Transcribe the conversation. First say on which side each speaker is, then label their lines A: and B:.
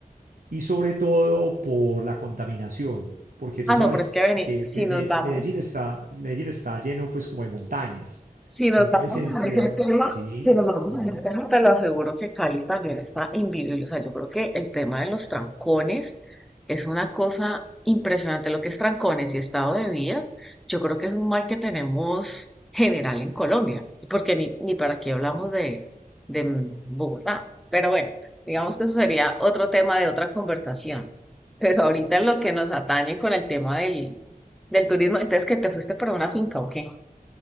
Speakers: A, on the right; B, in the centre.
A: y sobre todo por la contaminación, porque tú
B: ah,
A: sabes
B: no, pero es que vení,
A: que
B: si
A: Me-
B: nos
A: Me-
B: vamos.
A: Medellín está, Medellín está lleno pues como de montañas,
B: Si nos
A: entonces
B: vamos
A: encierra,
B: a ese tema,
A: sí,
B: si nos vamos
A: sí,
B: a
A: sí.
B: ese tema, te lo aseguro que Cali también está invivible. O sea, yo creo que el tema de los trancones es una cosa impresionante. Lo que es trancones y estado de vías, yo creo que es un mal que tenemos general en Colombia, porque ni, ni para qué hablamos de, de Bogotá. Pero bueno, digamos que eso sería otro tema de otra conversación. Pero ahorita en lo que nos atañe con el tema del, del turismo, entonces que te fuiste para una finca o qué.